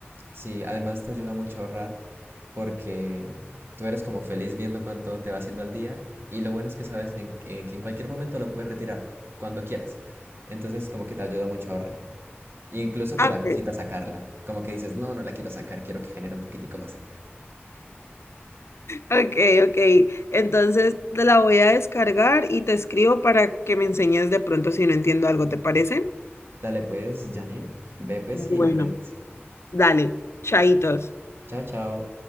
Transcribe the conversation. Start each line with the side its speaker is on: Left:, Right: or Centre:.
Right: Sí, además te ayuda mucho a ahorrar porque tú eres como feliz viendo cuánto te va haciendo al día y lo bueno es que sabes en- en que en cualquier momento lo puedes retirar, cuando quieras. Entonces como que te ayuda mucho a ahorrar. Incluso te
Left: Ah,
Right: da
Left: ok.
Right: cosita sacarla, como que dices, no, no la quiero sacar, quiero que genere un poquitico más.
Left: Ok, ok. Entonces te la voy a descargar y te escribo para que me enseñes de pronto si no entiendo algo, ¿te parece?
Right: Dale pues, Janine, ve pues
Left: Bueno,
Right: y me cuentas.
Left: Dale, chaitos.
Right: Chao, chao.